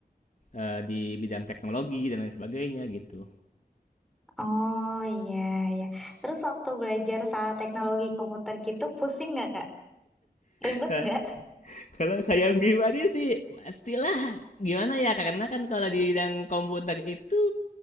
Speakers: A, on the left; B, in the centre.
A: eh, di bidang teknologi dan lain sebagainya gitu.
B: oh iya ya. Terus waktu belajar soal teknologi komputer gitu pusing nggak Kak? Ribet
A: Ka-
B: nggak?
A: Kalau saya pribadi sih pastilah gimana ya karena kan kalau di bidang komputer itu